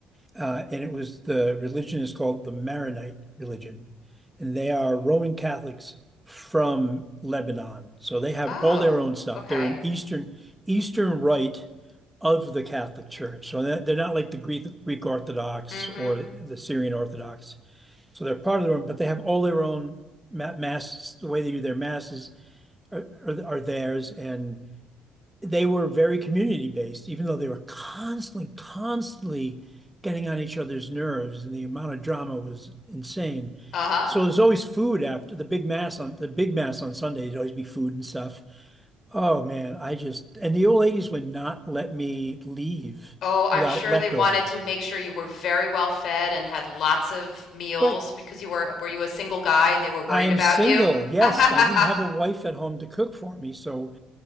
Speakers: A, in the centre; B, on the left (about 55°).
A: Uh, and it was the religion is called the Maronite religion, and they are Roman Catholics from Lebanon. So they have
B: Oh,
A: all their own stuff.
B: okay.
A: They're an Eastern Eastern Rite of the Catholic Church. So that, they're not like the Greek Greek Orthodox
B: Mm-hmm.
A: or the Syrian Orthodox. So they're part of their own, but they have all their own ma- mass. The way they do their masses are, are, are theirs, and they were very community based, even though they were constantly, constantly getting on each other's nerves, and the amount of drama was insane.
B: Uh-huh.
A: So there's always food after the big mass on the big mass on Sundays. Always be food and stuff. Oh man, I just and the old ladies would not let me leave
B: Oh, I'm
A: without
B: sure
A: leftovers.
B: they wanted to make sure you were very well fed and had lots of meals
A: But
B: because you were were you a single guy and they were worried
A: I am
B: about
A: single.
B: you?
A: Yes,
B: <laughs>
A: I didn't have a wife at home to cook for me. So